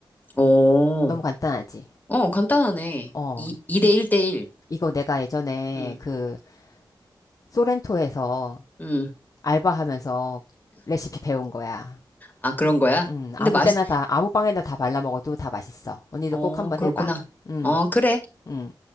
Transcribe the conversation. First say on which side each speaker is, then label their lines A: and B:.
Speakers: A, on the left; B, on the left.
A: 오,
B: 너무 간단하지.
A: 어, 간단하네.
B: 어.
A: 2, 이대 1대 1.
B: 이거 내가 예전에
A: 음,
B: 그 소렌토에서
A: 음.
B: 알바하면서 레시피 배운 거야.
A: 아, 그런 거야?
B: 음,
A: 근데
B: 아무
A: 맛이
B: 때나 다, 아무 빵에나 다 발라 먹어도 다 맛있어. 언니도
A: 어,
B: 꼭 한번
A: 그렇구나.
B: 해봐. 음,
A: 어, 그래.
B: 음.